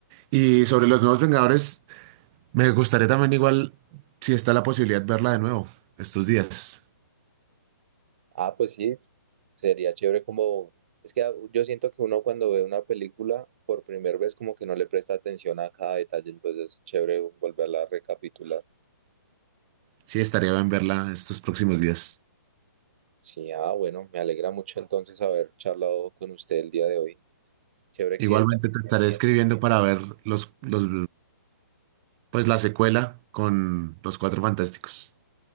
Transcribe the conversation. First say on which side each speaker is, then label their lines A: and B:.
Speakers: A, on the right (about 20°); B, on the right (about 40°).
A: Y sobre los nuevos Vengadores, me gustaría también igual, si está la posibilidad, verla de nuevo estos días.
B: Ah, pues sí, Sería chévere como, es que ah, yo siento que uno cuando ve una película por primera vez como que no le presta atención a cada detalle, entonces es chévere volverla a recapitular.
A: Sí, estaría bien verla estos próximos días.
B: Sí, ah, bueno, me alegra mucho entonces haber charlado con usted el día de hoy. Chévere
A: Igualmente
B: que también
A: te estaré
B: me entienda.
A: escribiendo para ver los, los, pues la secuela con los Cuatro Fantásticos.